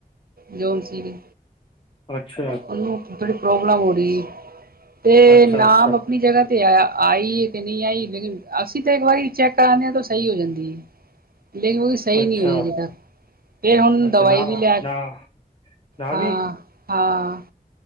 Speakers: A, on the right; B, on the left.
A: ਜੋ ਸੀਰੀ।
B: ਅੱਛਾ।
A: ਓਨੂੰ ਥੋੜੀ ਪ੍ਰੋਬਲਮ ਹੋਰੀ ਏ, ਤੇ
B: ਅੱਛਾ,
A: ਨਾਮ
B: ਅੱਛਾ,
A: ਆਪਨੀ ਜਗਾ। ਤੇ ਆ ਆਈ ਏ ਕਿ ਨੀ ਆਈ ਲੇਕਿਨ ਅਸੀ ਤਾ ਏਕ ਵਾਰੀ ਚੈੱਕ ਕਰਾਨੇ ਆ ਤੁ ਸਈ ਹੋ ਜਾਂਦੀ ਏ, ਲੇਕਿਨ ਉਦੀ ਸਈ
B: ਅੱਛਾ,
A: ਨੀ ਹੋਈ ਅਜੇ ਤੱਕ, ਫੇਰ ਹੁਨ
B: ਅੱਛਾ
A: ਦਵਾਈ
B: ਨਾ
A: ਵੀ ਲੇਆ,
B: ਨਾ ਨਾ
A: ਹਾਂ।
B: ਵੀ
A: ਹਾਂ।